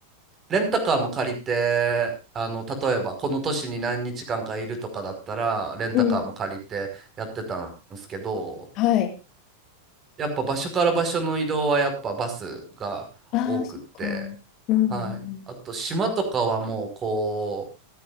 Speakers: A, on the right; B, on the left.
A: うレンタカーも借りてあの例えばこの都市に何日間かいるとかだったらレンタカーも借りてやってたんですけど
B: うん。はい。
A: やっぱ場所から場所の移動はやっぱバスが多くって、
B: ああ、そっか。うんうんうん。
A: はい、あと島とかはもうこう